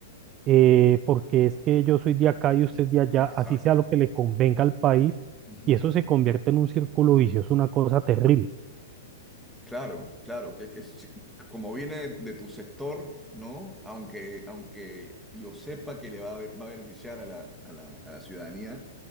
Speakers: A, on the right; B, in the centre.
A: eh, porque es que yo soy de acá y usted de allá,
B: Exacto.
A: así sea lo que le convenga al país,
B: ujú.
A: y eso se convierte en un círculo vicioso, una cosa terrible.
B: Claro, claro, que, que sí, como viene de tu sector, ¿no? Aunque, aunque yo sepa que le va a, be- va a beneficiar a la, a la, a la ciudadanía,